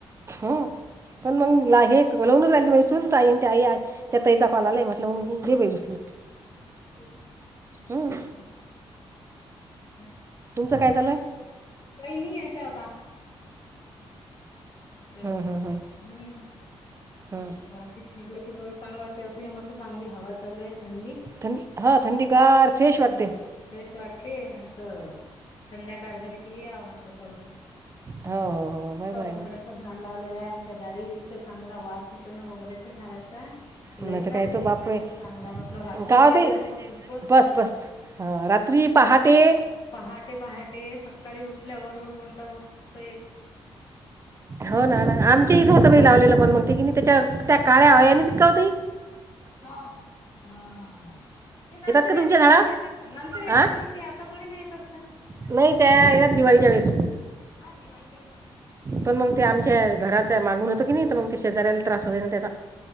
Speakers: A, on the right; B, on the left.
A: ह पण मग ला हे कवा लावूनच अलती माय सुून ते आई त्या ताईचा, कॉल आलाय म्हटलं मग दे बाई उचलून
B: <unintelligible>
A: हं.
B: हम्म <unintelligible>
A: तुमचं काय चालू हाय?
B: काही नाही आता आता
A: हं, हं, हं,
B: हम्म.
A: हं.
B: जास्ती खेलं की थोडं चांगलं वाटतं, मस्त चांगली हवा चालू आहे थंडी
A: थं हां थंडीगार
B: हा
A: फ्रेश
B: हा
A: वाटते
B: फ्रेस वाटते असं संध्याकाळ झाली की, पियाव वाटलं थोडस
A: हो हो हो बरोबर आहे
B: मोगऱ्याच
A: ना
B: झाड लावलेलं हाय अमच्या दारी इतक चांगला वास येतो ना मोगरेच्या झाडाचा
A: नाही
B: लईच
A: तर
B: ताटीत
A: काय तो बापरे
B: खूपच चांगला वाटला, रात्रीच्या
A: काय होते
B: वेळेस तर खूपच येते.
A: बस बस हां रात्री, पहाटे
B: पहाटे पहाटे, सकाळी उठल्या बरोबर म्हटलं मस्त येत
A: हो ना ना आमच्या इथं होतं बाई लावलेलं, पण मग ते की त्याच्या त्या काळ्या अळ्याने तित होती.
B: हा हा हा हा ते नंतर
A: का तुमच्या
B: येतात
A: झाडावर
B: ना नंतर येतात
A: आ
B: ना ते आता थोडी ना येत असत
A: नाही त्या यात दिवाळीच्या वेळेस
B: हा दिवस
A: पण मग ते आमच्या घराच मागून होतं की नाही तर मग ते शेजा्याला त्रास होते ना त्याचा